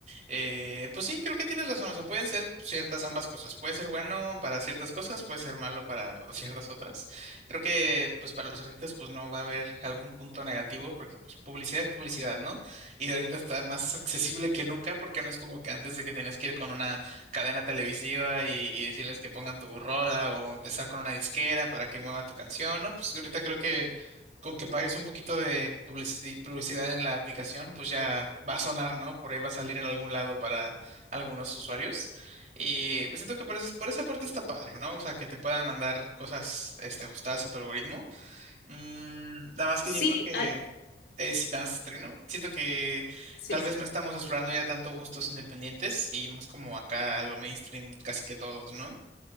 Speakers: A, on the right; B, on the left.
A: eh, pues sí, creo que tienes razón, o sea, pueden ser ciertas ambas cosas, puede ser bueno para ciertas cosas, puede ser malo para o ciertas otras, creo que pues para los artistas pues no va a haber algún punto negativo, porque pues publicidad es publicidad, ¿no? Y de ahorita está más <laughs> accesible que nunca, porque no es como que antes de que tenías que ir con una cadena televisiva y, y decirles que pongan tu rola o estar con una disquera para que mueva tu canción, ¿no? Pues ahorita creo que con que pagues un poquito de publici- publicidad en la aplicación, pues ya va a sonar, ¿no? Por ahí va a salir en algún lado para algunos usuarios. Y siento que por eso, por esa parte está padre, ¿no? O sea, que te puedan mandar cosas, este, ajustadas a tu algoritmo. Mm, nada más que
B: Sí,
A: siento que,
B: ay,
A: eh, sí, nada más termino. Siento que
B: sí,
A: tal
B: sí,
A: vez
B: sí.
A: no estamos explorando ya tanto gustos independientes y más como acá a lo mainstream casi que todos, ¿no?